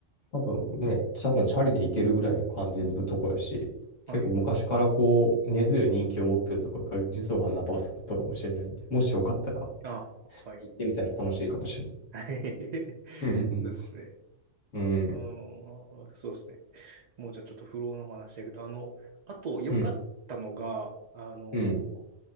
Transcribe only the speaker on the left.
多分ね、多分チャリで行けるぐらいの感じのところやし、結構昔からこう、
根強い人気を持ってるところから、実はあんなバスポットかもしれないんで、もしよかったら
行ってみたら楽しいかもしれない。
うん
うん、うん、
うん、
うん、